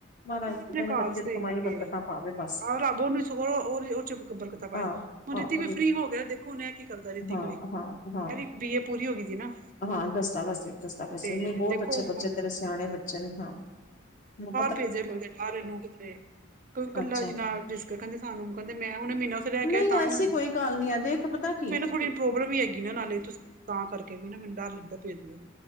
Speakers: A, on the left (about 40°); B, on the right (about 45°).
A: ਮਹਾਰਾਜ
B: ਆਪਣੇ ਘਰ
A: ਬੱਚੇ
B: ਸਹੀ
A: ਦੀ ਕਮਾਈ
B: ਗਏ
A: ਬਰਕਤਾਂ ਪਾਵੇ ਬਸ
B: ਆਹ ਰੱਬ ਉਹਨੂੰ ਸਗ ਉਹ ਚ ਬਰਕਤਾਂ ਪਾਏ
A: ਆਹੋ
B: ਹੁਣ ਰਿਤਿਕ
A: ਆਹੋ
B: ਵੀ ਫਰੀ ਹੋ ਗਿਆ ਦੇਖੋਨ ਕੀ ਕਰਦਾ ਰਿਤਿਕ
A: ਹਾਂ
B: ਵੀ
A: ਹਾਂ ਹਾਂ
B: ਇਹਦੀ ਬੀਏ ਪੂਰੀ ਹੋ ਗਈ ਸੀ ਨਾ
A: ਹਾਂ ਦਸਦਾ ਵਸ ਦਸਦਾ ਵਸ
B: ਤੇ
A: ਨਹੀਂ ਬਹੁਤ
B: ਦੇਖੋ
A: ਅੱਛੇ ਬੱਚੇ
B: ਹੁਣ
A: ਤੇਰੇ ਸਿਆਣੇ ਬੱਚੇ ਨੇ ਹਾਂ ਮੈਨੂੰ
B: ਭੇਜ ਲੱਦੇ ਡਾਹਰ ਨੂੰ ਕਿਧਰੇ ਕਿਉ ਕੱਲਾ
A: ਅੱਛਾ
B: ਜਿਨਾ ਰਿਸਕ ਕਹਿੰਦੇ ਸਾਨੂੰ ਕਹਿੰਦੇ ਮੈਂ ਹੁਣ ਮਹੀਨਾ ਤੋਂ ਲੈ ਕੇ
A: ਨਹੀਂ
B: ਤਾਂ
A: ਐਸੀ
B: ਇਹੂੰ
A: ਕੋਈ ਗੱਲ ਦੇਖ ਪਤਾ ਕੀ
B: ਥੋੜੀ ਪ੍ਰੋਬਲਮ ਵੀ ਹੈਗੀ ਨਾ ਨਾਲੇ ਤੁਸੀਂ ਤਾਂ ਕਰਕੇ ਵੀ ਨਾ ਮੈਨੂੰ ਡਰ ਲੱਗਦਾ ਭੇਜ ਕੇ